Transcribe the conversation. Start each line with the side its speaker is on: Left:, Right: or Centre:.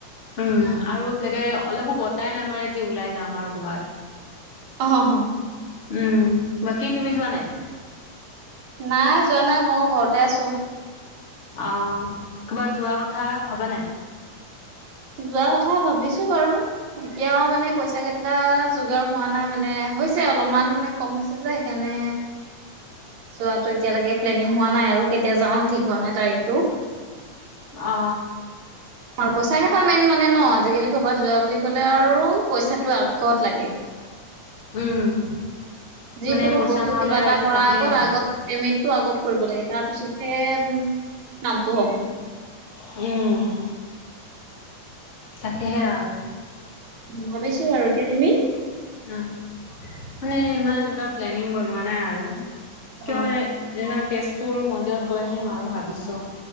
Left: উম, আৰুকে অলপো বতাই নাই মানে যি ওলাই যাম আৰু ক'ৰবাত।
Right: অ, হ, হ।
Left: উম, বাকী তুমি যোৱা নাই।
Right: নাই যোৱা নাই মই ঘৰতে আছো।
Left: অ, ক'ৰবাত যোৱা কথা ভবা নাই।
Right: যোৱা কথা ভাবিছো বাৰু এতিয়াও মানে পইচা কেইটা। যোগাৰ হোৱা নাই মানে হৈছে অলপমান মানে কম হৈছে যে সেইকাৰণে। যোৱাতটো এতিয়ালৈকে প্লেনিং হোৱা নাই আৰু কেতিয়া যাও ঠিক হোৱা নাই তাৰিখটো।
Left: অ
Right: পইচা, কেইটা মেইন মানে ন আজিকালি। ক'ৰবাত যোৱা বুলি ক'লে আৰু পইচাটো আগত লাগে।
Left: উম,
Right: যিকোনো
Left: মানে পইচা
Right: বস্তু
Left: নহলে
Right: কিবা
Left: আৰু
Right: এটা
Left: একো
Right: কৰাৰ
Left: কামেই
Right: আগত
Left: নাই
Right: আগত। পেমেটটো আগত কৰিব লাগে তাৰপিছতহে নামটো হ'ব।
Left: উম, তাকেহ, আৰু।
Right: ভাবিছো বাৰু এতিয়া তুমি।
Left: অ, মানে ইমান এনেকুৱা প্লেনিং বনোৱা নাই আৰু কিয়
Right: অ
Left: মানে। না, তেজপুৰ মন্দিৰত গৈ আহিম আৰু ভাবিছো।